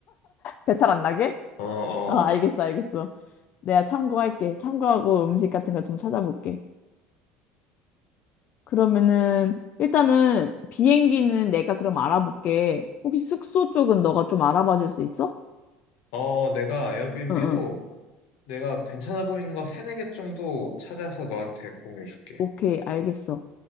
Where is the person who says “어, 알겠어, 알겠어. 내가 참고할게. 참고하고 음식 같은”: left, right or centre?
Left